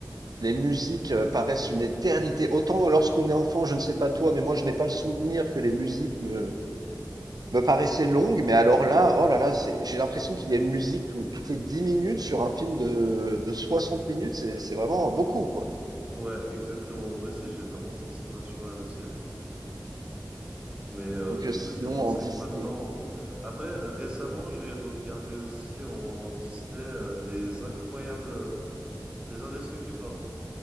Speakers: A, on the right; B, on the right.
A: les musiques euh, paraissent une éternité. Autant lorsqu'on est enfant, je ne sais pas toi, mais moi, je n'ai pas le souvenir que les musiques me, me paraissaient longues. Mais alors là, oh là là, c'est, j'ai l'impression qu'il y a une musique tout- toutes les 10 minutes sur un film de, de 60 minutes. C'est c'est vraiment beaucoup, quoi.
B: Ouais, exactement. Moi aussi, j'ai vraiment cette sensation-là aussi. ouais. Mais euh,
A: Donc
B: du
A: euh, sinon,
B: coup, c'est pour ça
A: en Disney.
B: que maintenant. Après, récemment, j'ai regardé aussi en Disney euh, les incroyables, euh, les indestructibles, pardon.